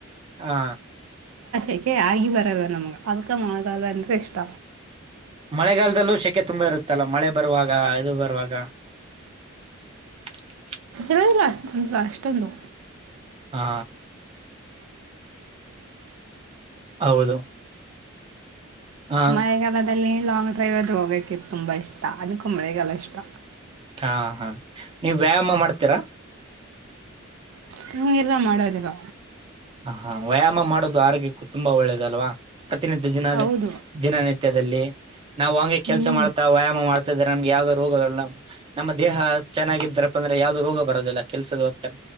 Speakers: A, on the right (about 25°); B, on the right (about 75°).
A: ಹಾ
B: ಏಕೆ ಆಗಿ ಬರಲ್ಲ ನಮ್ಗ ಅದುಕ ಮಳೆಗಾಲ ಅಂದ್ರೆ ಇಷ್ಟ.
A: ಮಳೆಗಾಲದಲ್ಲೂ ಶೆಕೆ ತುಂಬಾ ಇರುತ್ತಲ್ಲ ಮಳೆ ಬರುವಾಗ ಇದು ಬರುವಾಗ <unintelligible>
B: ಇರಲ ಅಷ್ಟ್ ಅಷ್ಟೊಂದು.
A: ಹಾ ಹೌದು ಹಾ
B: ಮಳೆಗಾಲದಲ್ಲಿ ಲಾಂಗ್ ಡ್ರೈವ್ ಅದು ಹೋಗೋಕ್ಕೆ ತುಂಬ ಇಷ್ಟ ಅದಕ್ಕೆ ಮಳೆಗಾಲ ಇಷ್ಟ.
A: ಹಾ ಹಾ ನೀವ್ ವ್ಯಾಯಾಮ ಮಾಡ್ತೀರಾ.
B: ಹ್ಮ್ ಇಲ್ಲ ಮಾಡೋದಿಲ್ಲ.
A: ಹ ಹಾ ವ್ಯಾಯಾಮ ಮಾಡೋದು ಆರೋಗ್ಯಕ್ಕೂ ತುಂಬಾ ಒಳ್ಳೇದಲ್ವಾ. ಪ್ರತಿನಿತ್ಯ ದಿನ
B: ಹೌದು
A: ದಿನನಿತ್ಯದಲ್ಲಿ ನಾವ್ ಹಂಗೆ ಕೆಲ್ಸ
B: ಹ್ಮ್
A: ಮಾಡ್ತಾ ವ್ಯಾಯಾಮ ಮಾಡ್ತಾ ನಮ್ಗೆ ಯಾವ್ದೋ ರೋಗಗಳನ್ನ ನಮ್ಮ ದೇಹ ಚೆನ್ನಾಗಿದ್ದಾರಪ್ಪ ಅಂದ್ರೆ ಯಾವ್ದು ರೋಗ ಬರೋದಿಲ್ಲ ಕೆಲ್ಸದ ಒತ್ತಡ